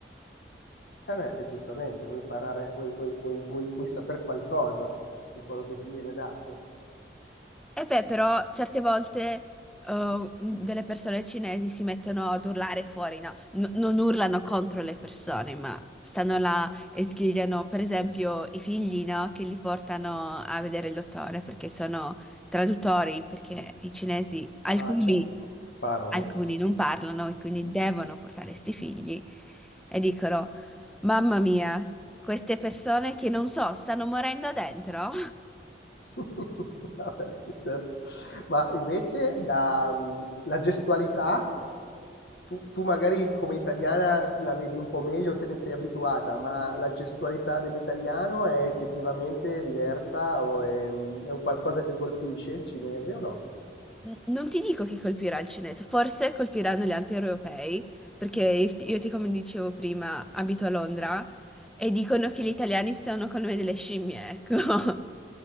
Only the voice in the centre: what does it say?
E beh, però certe volte eh, delle persone cinesi si mettono ad urlare fuori, no? N- non urlano contro le persone, ma stanno là e sgridano, per esempio, i figli, no? Che li portano a vedere il dottore perché sono traduttori, perché i cinesi, alcuni,
alcuni non parlano e quindi devono portare sti figli e dicono, mamma mia, queste persone che non so, stanno morendo dentro.
N- Non ti dico chi colpirà il cinese, forse colpiranno gli altri europei, perché io io ti, come dicevo prima, abito a Londra e dicono che gli italiani sono come delle scimmie, ecco, <laughs>